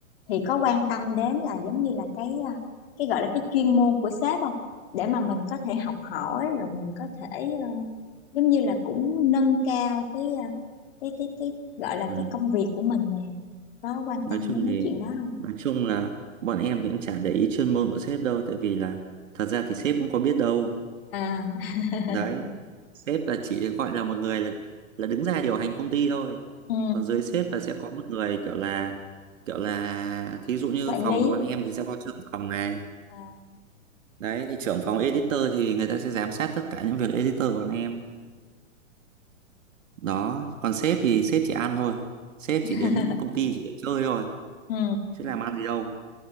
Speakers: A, on the left (about 45°); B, on the right (about 65°).
A: thì có quan tâm đến là giống như là cái à, cái gọi là cái chuyên môn của sếp không để mà mình có thể học hỏi rồi mình có thể à, giống như là cũng nâng cao cái à, cái cái cái gọi là
B: Ừ.
A: cái công việc của mình nè có quan
B: Nói
A: tâm
B: chung
A: đến mấy
B: thì
A: chuyện đó không
B: nói chung là bọn em thì cũng chả để ý chuyên môn của sếp đâu tại vì là thật ra thì sếp cũng có biết đâu.
A: à <laughs>
B: Đấy. Sếp là chỉ gọi là một người là là đứng ra điều hành công ty thôi.
A: ừ
B: Còn dưới sếp là sẽ có một người kiểu là kiểu là thí dụ như
A: quản
B: phòng
A: lý
B: của bọn em thì sẽ có trưởng phòng này
A: à.
B: Đấy thì trưởng phòng editor thì người ta sẽ giám sát tất cả những việc editor của bọn em. Đó, còn sếp thì sếp chỉ ăn thôi. Sếp
A: <laughs>
B: chỉ đến công ty chỉ để chơi thôi,
A: ừ
B: chứ làm ăn gì đâu.